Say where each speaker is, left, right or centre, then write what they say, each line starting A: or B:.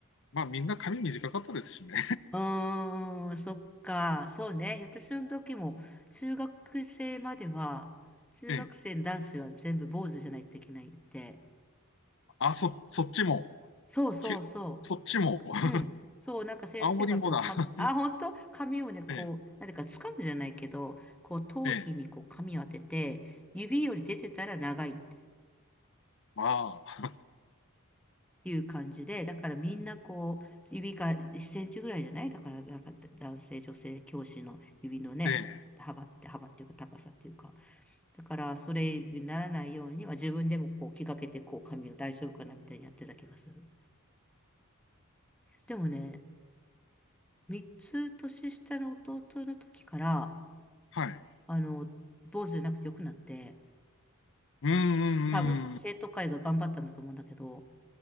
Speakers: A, on the left; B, in the centre.
A: まあ、みんな髪短かったですしね。
B: うーん、そっか。そうね。私の時も、中学生までは、中学生の男子は全部坊主じゃないといけないって。
A: <laughs> ええ。あ、そ、そっちも。
B: そうそうそ
A: きゅそっちも。<laughs>
B: う。うん。そう、なんか先生がこう、
A: 青森もだ。
B: か、
A: <laughs>
B: あ、本当髪をね、こう、
A: ええ。
B: なんていうか、掴むじゃないけど、こう、頭皮にこう、
A: ええ
B: 髪を当てて、指より出てたら長いって
A: ああ、
B: いう感じで、だからみんなこう、指が1センチぐらいじゃないだから、なんか男性、女性、教師の指のね、
A: ええ、
B: 幅って、幅っていうか、高さっていうか、だから、それにならないように、まあ、自分でもこう、気がけて、こう、髪を大丈夫かなみたいにやってた気がする。でもね、3つ年下の弟の時から、
A: はい。
B: あの、坊主じゃなくてよくなって、
A: うんうんうん
B: 多分生徒会が頑張ったんだと思うんだけど、